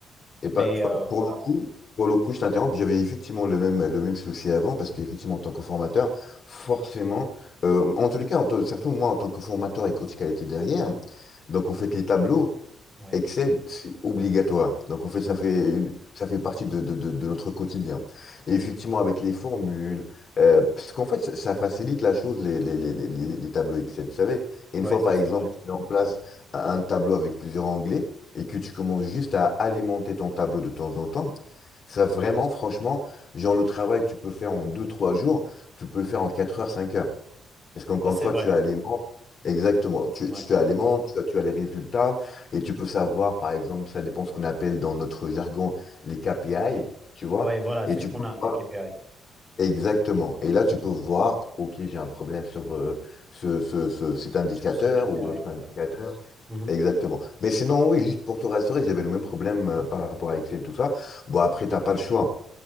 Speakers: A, on the left; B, on the right.
A: Et bah,
B: mais
A: pa-
B: euh, voilà,
A: pour le coup, pour le coup, je t'interromps, j'avais effectivement le même, le même souci avant, parce qu'effectivement, en tant que formateur, forcément, euh, en tous les cas, en tant- surtout moi, en tant que formateur et coach qualité derrière, donc on fait les tableaux,
B: oui,
A: Excel, c'est obligatoire. Donc, en fait,
B: Mm.
A: ça fait une- ça fait partie de, de- de- de notre quotidien. Et effectivement, avec les formules, euh, parce qu'en fait, ça, ça facilite la chose, les, les- les- les- les- les tableaux Excel, vous savez. Et une
B: Ouais,
A: fois,
B: ça
A: par
B: c'est
A: exemple,
B: vrai.
A: tu mets en place un un tableau avec plusieurs onglets et que tu commences juste à alimenter ton tableau de temps en temps, ça vraiment, franchement, genre le travail que tu peux faire en deux, trois jours, tu peux le faire en 4 heures, 5 heures. Parce qu'encore
B: Ça c'est
A: une fois,
B: vrai.
A: tu as les membres, exactement, tu,
B: Ouais,
A: tu as les membres, tu as, tu as les résultats, et tu peux savoir, par exemple, ça dépend ce qu'on appelle dans notre jargon les KPI, tu vois,
B: ouais, voilà,
A: et
B: c'est
A: tu
B: ce qu'on
A: peux
B: a,
A: voir,
B: les KPI,
A: exactement, et là, tu peux voir, OK, j'ai un problème sur euh, ce, ce- ce- cet indicateur
B: sur ce KPI
A: ou l'autre
B: ou
A: indicateur,
B: là. Mhm.
A: exactement. Mais sinon, oui, juste pour te rassurer, j'avais le même problème euh, par rapport à Excel, tout ça. Bon, après, tu n'as pas le choix.